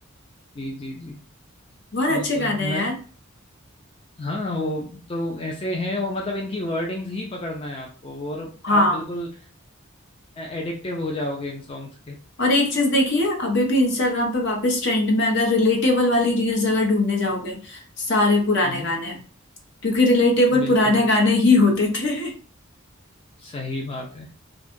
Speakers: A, on the left; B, on the left.
A: जी जी जी
B: बहुत
A: बिल्कुल
B: अच्छे गाने हैं
A: मैं
B: यार
A: हाँ वो तो ऐसे हैं वो मतलब इनकी वर्डिंग्स ही पकड़ना है आपको और
B: हाँ
A: आप बिल्कुल एडिक्टिव हो जाओगे इन सॉन्ग्स के
B: और एक चीज देखिए अभी भी इंस्टाग्राम पे वापस ट्रेंड में अगर रिलेटेबल वाली रील्स अगर ढूंढने जाओगे सारे पुराने
A: हम्म
B: गाने हैं क्योंकि रिलेटेबल
A: बिल्कुल
B: पुराने गाने ही होते थे
A: सही बात है